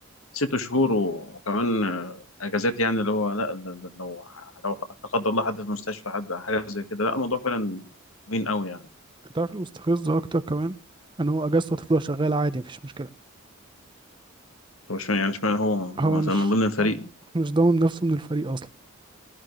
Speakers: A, on the left (about 80°); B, on the right (about 25°).
A: ست شهور وكمان آه اجازات يعني اللي هو لا ل- ل- لو لو لا قدر الله حد في المستشفى حد حاجه زي كده لا الموضوع فعلا مهم قوي يعني
B: تعرف المستفز اكتر كمان ان هو اجازته هتفضل شغالة عادي مفيش مشكلة
A: طب اشمعنى يعني اشمعنى هو
B: هو
A: مثلا
B: مش
A: من ضمن الفريق
B: هو مش ضامن نفسه من الفريق اصلا